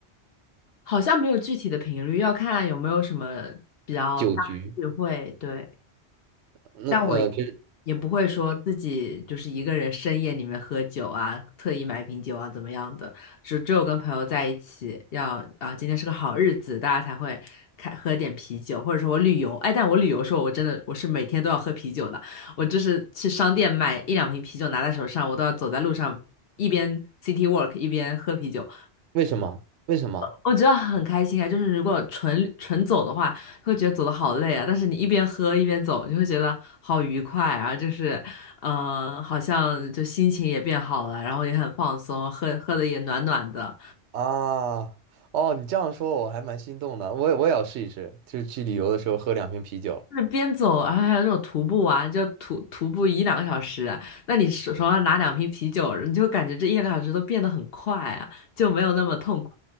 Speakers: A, on the left; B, on the right.
A: 好像没有具体的频率，要看有没有什么比较大的聚会，
B: 酒局？
A: 对。
B: 那呃，
A: 但我
B: 平时
A: 也不会说自己就是一个人深夜里面喝酒啊，特意买瓶酒啊怎么样的，只只有跟朋友在一起要啊，今天是个好日子，大家才会开喝点啤酒，或者说我旅游，哎，但我旅游的时候我真的我是每天都要喝啤酒的，我就是去商店买一两瓶啤酒拿在手上，我都要走在路上一边 city walk 一边喝啤酒，
B: 为什么？为什么
A: 我觉得很开心啊，就是如果纯纯走的话，会觉得走的好累啊。但是你一边喝一边走，你会觉得好愉快啊，就是，呃，好像就心情也变好了，然后也很放松，喝喝的也暖暖的。
B: 啊？哦，你这样说我还蛮心动的，我也我也要试一试，就是去旅游的时候喝两瓶啤酒。
A: 就是边走，然后还有那种徒步啊，你就徒徒步一两个小时啊，那你手手上拿两瓶啤酒，你就感觉这一两个小时都变得很快啊，就没有那么痛苦。